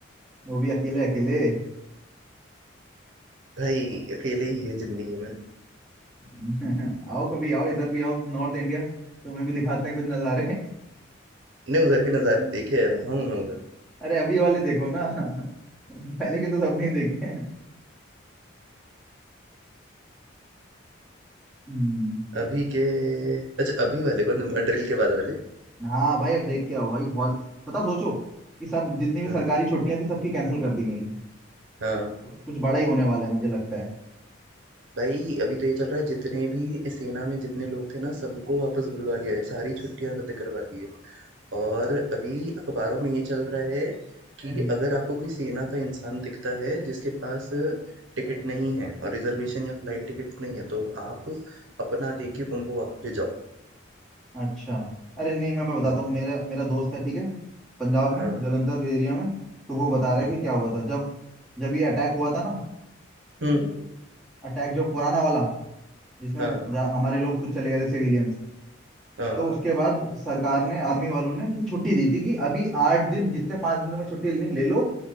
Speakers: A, in the centre; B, on the right (about 70°).
A: वो भी अकेले अकेले
B: भाई अकेले ही है जिंदगी में
A: <laughs> आओ कभी आओ इधर भी आओ नॉर्थ इंडिया तुम्हें भी दिखाते हैं कुछ नज़ारे
B: ने उधर के नज़ारे देखे है रहा हूँ मैं उधर
A: <laughs> अरे अभी वाले देखो ना <laughs> पहले के तो सबने ही देखे हैं हम्म,
B: अभी के अच्छा अभी वाले कौन से ड्रिल के बाद वाले
A: हाँ भाई अब देख के आओ भाई बहुत पता सोचो कि सब जितनी भी
B: हाँ
A: सरकारी छुट्टियां थी सबकी कैंसिल कर दी गई हैं
B: हाँ
A: तो कुछ बड़ा ही होने वाला है मुझे लगता है
B: भाई अभी तो ये चल रहा है जितने भी इस सेना में जितने लोग थे ना सबको वापस बुलवा लिया है सारी छुट्टियां रद्द करवा दी है और अभी अखबारों में ये चल रहा है कि
A: हम्म,
B: अगर आपको कोई सेना का इंसान दिखता है जिसके पास टिकट नहीं है और रिजर्वेशन या फ्लाइट टिकट नहीं है तो आप अपना देके उनको वापस भिजाओ
A: अच्छा अरे नहीं मैं मैं बताता
B: हाँ
A: हूँ मेरा मेरा दोस्त है ठीक है पंजाब में
B: हाँ
A: जलंधर एरिया में तो वो बता रहा
B: हम्म
A: है कि क्या हुआ था जब जब ये अटैक हुआ था ना
B: हम्म,
A: अटैक जो पुराना वाला जिसमें
B: हाँ
A: जा- हमारे लोग कुछ चले गए थे सिविलियंस
B: हाँ
A: तो उसके बाद सरकार ने आर्मी वालों ने कि छुट्टी दी थी कि अभी आठ दिन जितने पांच दिन तुम्हें छुट्टी लेनी ले लो